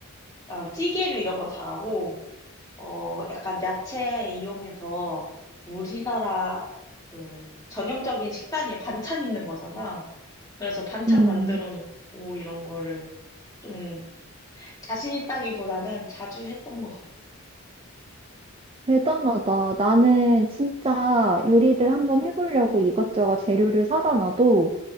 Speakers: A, on the left; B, on the right.
A: 어, 찌개류 이런 거 잘하고 어, 약간 야채 이용해서 우리나라 그 전형적인 식단이 반찬 있는 거잖아. 그래서 반찬
B: 음,
A: 만들어 놓고 이런 거를 좀 자신 있다기보다는 자주 했던 것 같아.
B: 대단하다. 나는 진짜 요리를 한번 해보려고 이것저것 재료를 사다 놔도